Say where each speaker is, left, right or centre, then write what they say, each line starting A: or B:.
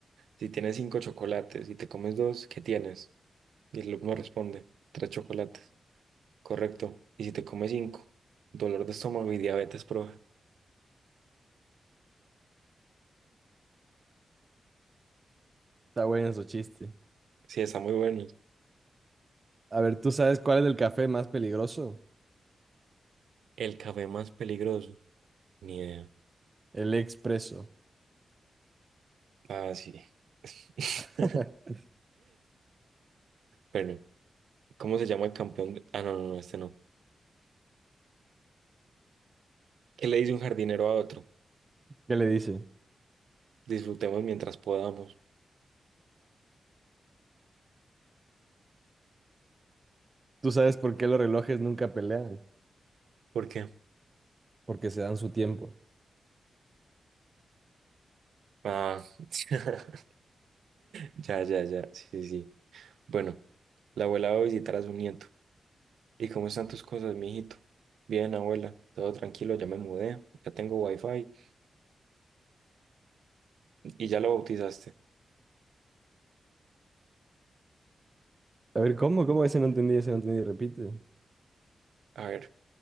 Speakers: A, on the right; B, on the right.
A: si tienes cinco chocolates y te comes dos, ¿qué tienes? Y el alumno responde, tres chocolates. Correcto. Y si te comes cinco, dolor de estómago y diabetes, profe.
B: Está bueno su chiste.
A: Sí, está muy bueno.
B: A ver, ¿tú sabes cuál es el café más peligroso?
A: El café más peligroso. Ni idea.
B: El expreso.
A: Ah, sí. <laughs>
B: <laughs>
A: Bueno, ¿cómo se llama el campeón? de- Ah, no, no, no, este no. ¿Qué le dice un jardinero a otro?
B: ¿Qué le dice?
A: Disfrutemos mientras podamos.
B: ¿Tú sabes por qué los relojes nunca pelean?
A: ¿Por qué?
B: Porque se dan su tiempo.
A: Ah, <laughs> ya, ya, ya. Sí, sí, sí. Bueno, la abuela va a visitar a su nieto. ¿Y cómo están tus cosas, mijito? Bien, abuela. Todo tranquilo, ya me mudé. Ya tengo wifi y ya lo bautizaste.
B: A ver, ¿cómo? ¿Cómo? Ese no entendí, ese no entendí. Repite.
A: A ver.